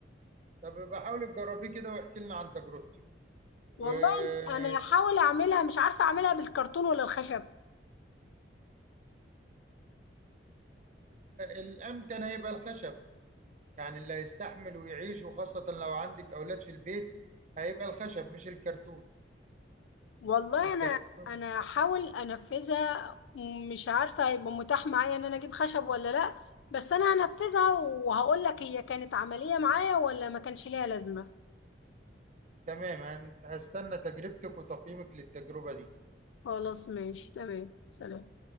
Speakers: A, on the right (about 40°); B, on the left (about 85°).
A: طب بحاول تجربيه كده واحكي لنا عن تجربتك وهو
B: والله انا هحاول اعملها مش عارفه اعملها بالكرتون ولا الخشب
A: الامتن هيبقى الخشب يعني اللي هيستحمل ويعيش وخاصة لو عندك أولاد في البيت هيبقى الخشب مش الكرتون
B: والله
A: الكرتون
B: انا انا هحاول انفذها مش عارفه هيبقى متاح معايا ان انا اجيب خشب ولا لا بس انا هنفذها وهقول لك هي كانت عمليه معايا ولا ما كانش ليها لازمه
A: تمام هنس- هستنى تجربتك وتقييمك للتجربة دي
B: خلاص ماشي تمام سلام